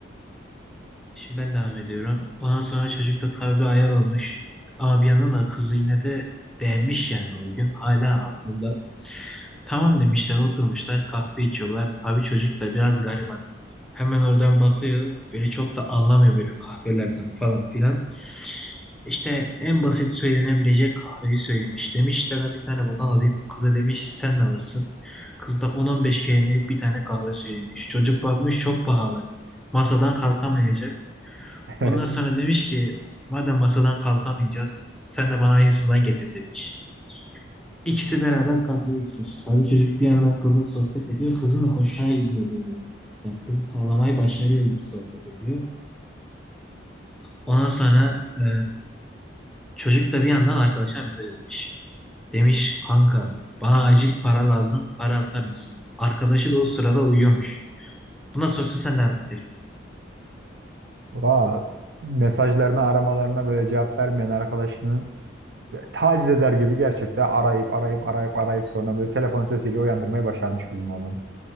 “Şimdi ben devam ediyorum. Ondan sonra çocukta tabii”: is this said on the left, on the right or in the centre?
Centre